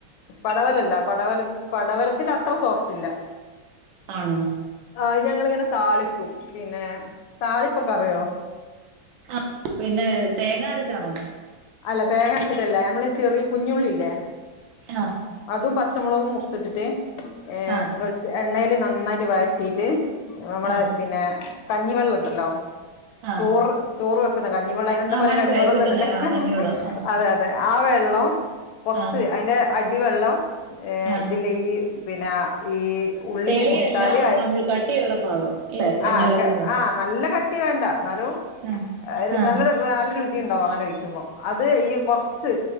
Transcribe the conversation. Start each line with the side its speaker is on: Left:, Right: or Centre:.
Left: പടവലല്ല പടവല പടവലത്തിന്റെ അത്ര സോഫ്റ്റ് ഇല്ല
Right: ആണോ
Left: ആഹ് അത് ഞങ്ങളിങ്ങനെ താളിക്കും പിന്നെ താളിപ്പൊക്കെ അറിയോ
Right: ആ പിന്നെ തേങ്ങ അരച്ചാണോ
Left: അല്ല തേങ്ങരച്ചിട്ടല്ല നമ്മളീ ചെറിയ കുഞ്ഞുള്ളില്ലേ
Right: ആ
Left: അതും പച്ചമുളകും മുറിച്ചിട്ടിട്ട് ഏ
Right: ആഹ്
Left: വെ എണ്ണേല് നന്നായിട്ട് വഴറ്റിട്ട് നമ്മളെ
Right: ആഹ്
Left: പിന്നെ കഞ്ഞിവെള്ളണ്ടല്ലോ
Right: ആഹ്
Left: ചോറ് ചോറ് വെക്കുന്ന കഞ്ഞിവള്ളം അയ്നെന്താ
Right: ആഹ്
Left: പറയാ
Right: മനസ്സിലായി
Left: കഞ്ഞിവെള്ളന്നെന്നല്ലേ
Right: ഊറ്റുന്നെ ആഹ് കഞ്ഞിവെള്ളം ആഹ്
Left: അതെ അതെ ആ വെള്ളം കൊർച്ച്
Right: ആഹ്
Left: അയ്ന്റെ അടിവെള്ളം ഏ
Right: ആഹ്
Left: ഇതില് ഈ പിന്നെ ഈ ഉള്ളി
Right: തെളിയല്ല
Left: മൂത്താല് അ
Right: നമ്മൾ കട്ടിയുള്ള ഭാഗം അല്ലെ കഞ്ഞിവെള്ളത്തിന്റെ
Left: ആ കെ ആ നല്ല കട്ടി വേണ്ട ന്നാലും
Right: ആഹ്
Left: ഒരു
Right: ആഹ്
Left: നല്ലൊരു നല്ല രുചിണ്ടാവും അങ്ങനെ ഒയ്ക്കുമ്പോ അത് ഈ കൊർച്ച്